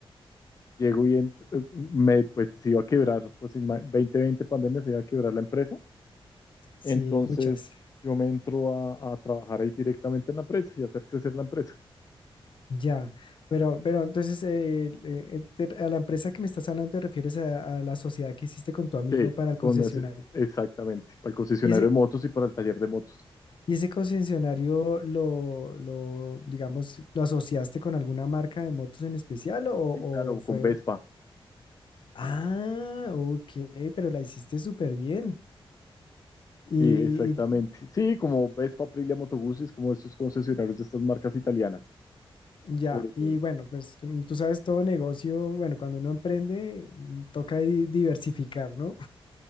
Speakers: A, on the left (about 35°); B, on the left (about 55°).
A: llego y ent- eh, me, pues se iba a quebrar, pues ima- 2020 pandemia se iba a quebrar la empresa,
B: Sí,
A: entonces
B: muchas.
A: yo me entro a, a trabajar ahí directamente en la empresa y hacer crecer la empresa.
B: Ya, pero, pero entonces eh, eh, eh, te- a la empresa que me estás hablando te refieres a, a la sociedad que hiciste con tu amigo
A: Sí,
B: para el
A: con
B: concesionario.
A: ese- exactamente, para el concesionario
B: ¿Y ese,
A: de motos y para el taller de motos.
B: y ese concesionario lo, lo, digamos, lo asociaste con alguna marca de motos en especial o, o
A: Sí, claro,
B: fue...
A: con Vespa.
B: Ah, ok, pero la hiciste súper bien. Y,
A: Sí, exactamente.
B: y-
A: Sí, como Vespa, Aprilia, Motoguzzi, es como estos concesionarios de estas marcas italianas,
B: ya,
A: sobre todo.
B: y bueno, pues como tú sabes, todo negocio, bueno, cuando uno emprende, toca di- diversificar, ¿no?